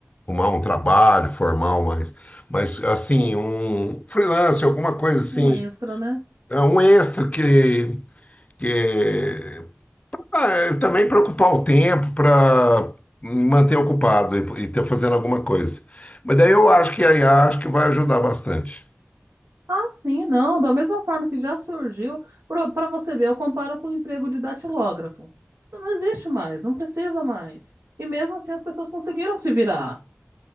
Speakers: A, on the left; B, on the right.
A: arrumar um trabalho formal, mas, mas assim, um freelance, alguma coisa assim,
B: um extra, né?
A: é um extra que, que ah, eu também para ocupar o tempo, para me manter ocupado e, e ter fazendo alguma coisa. Mas daí eu acho que a IA acho que vai ajudar bastante.
B: Ah, sim, não. Da mesma forma que já surgiu, para você ver, eu comparo com o emprego de datilógrafo. Não existe mais, não precisa mais. E mesmo assim as pessoas conseguiram se virar.